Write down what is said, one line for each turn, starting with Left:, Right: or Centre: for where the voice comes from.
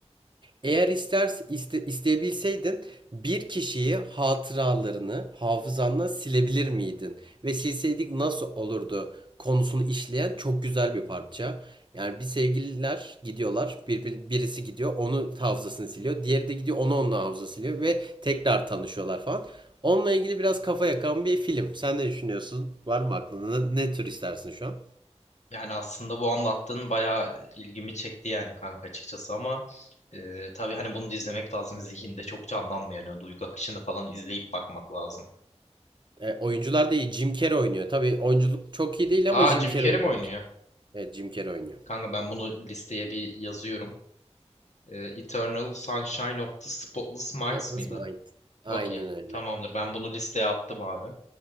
Right: Eğer ister iste- isteyebilseydin bir kişiyi hatıralarını hafızandan silebilir miydin? Ve silseydik nasıl olurdu konusunu işleyen çok güzel bir parça. Yani bir sevgililer gidiyorlar, bir, bir- birisi gidiyor, onu hafızasını siliyor, diğeri de gidiyor, onu onun hafızasını siliyor ve tekrar tanışıyorlar falan. Onunla ilgili biraz kafa yakan bir film. Sen ne düşünüyorsun? Var mı aklında? Ne, ne tür istersin şu an?
Left: Yani aslında bu anlattığın bayağı ilgimi çekti yani kanka açıkçası ama e, tabii hani bunu da izlemek lazım. Zihinde çok canlanmıyor. Yani o duygu akışını falan izleyip bakmak lazım.
Right: E, oyuncular da iyi. Jim Carrey oynuyor. Tabii oyunculuk çok iyi değil ama
Left: Aa
Right: Jim
Left: Jim
Right: Carrey
Left: Carrey
Right: oynuyor
Left: mi oynuyor?
Right: mesela. Evet, Jim Carrey oynuyor.
Left: Kanka ben bunu listeye bir yazıyorum. E, Eternal Sunshine of the Spotless Minds
Right: Atlas
Left: mıydı?
Right: Mind. Aynen
Left: Okey.
Right: öyle.
Left: Tamamdır. Ben bunu listeye attım abi.